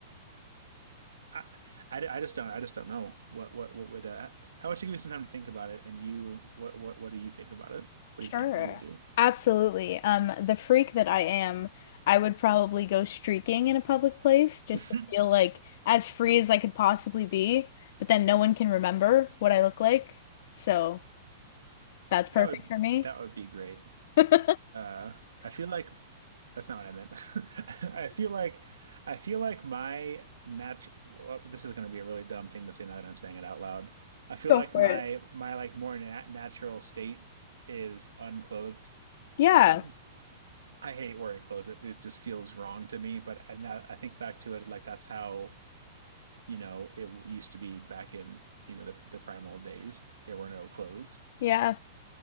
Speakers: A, on the right; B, on the left.
A: I, I, I just don't I just don't know what what what would uh, how about you give me some time to think about it and you what what what do you think about it? What
B: Sure.
A: do you think you would do?
B: Absolutely. Um, the freak that I am, I would probably go streaking in a public place just
A: <laughs>
B: to feel like as free as I could possibly be, but then no one can remember what I look like. So that's perfect
A: That would
B: for me.
A: that would be great.
B: <laughs>
A: Uh, I feel like that's not what I meant. <laughs> I feel like I feel like my natural well, this is going to be a really dumb thing to say now that I'm saying it out loud. I feel
B: Go
A: like
B: for
A: my
B: it.
A: my like more nat natural state is unclothed.
B: Yeah.
A: Um, I hate wearing clothes. It, it just feels wrong to me. But I, now I think back to it, like that's how, you know, it w- used to be back in, you know, the, the primal days. There were no clothes.
B: Yeah,